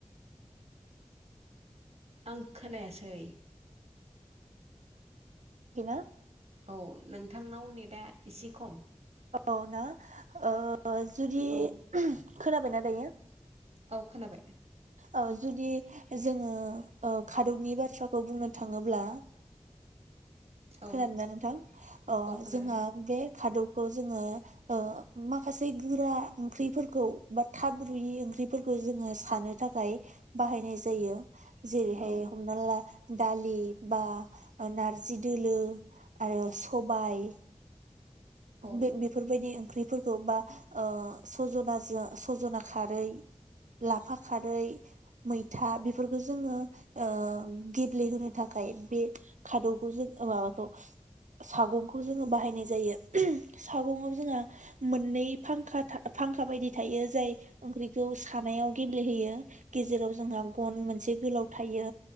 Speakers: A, on the right; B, on the right.
A: आं खोनायासै
B: <unintelligible>
A: औ नोंथांनाव नेटआ एसे खम।
B: औ ना ओ- अ जुदि
A: औ
B: खोनाबायना दायो?
A: औ खोनाबाय।
B: ओ जुदि जोङो ओ- खादौनि बाथ्राखौ बुंनो थाङोब्ला।
A: औ
B: खोनादों ना नोंथां अ
A: औ खोनादों
B: जोंहा बे खादौखौ जोङो ओ- माखासे बै गोरा ओंख्रिफोरखौ बा थाब रुयि ओंख्रिफोरखौ जोङो सानो। थाखाय बाहायनाय जायो। जेरैहाय
A: औ
B: हमना ला। दालि बा नारजि दोलो आरो सबाय।
A: औ
B: बे बेफोरबायदि ओंख्रिफोरखौ बा ओ- सजनाजो सजना खारै लाफा खा खारै मैथा बेफोरखौ जोङो ओ- गेब्लेहोनो थाखाय बे खादौखौ जों माबाखौ ओ- सागंखौ जोङो बाहायनाय जायो सागंआव जोंहा मोननै फां-फांखा फांखा बायदि थायो जाय ओंख्रिखौ सानायाव गेब्लेहोयो। गेजेराव जोंहा गन मोनसे गोलाव थायो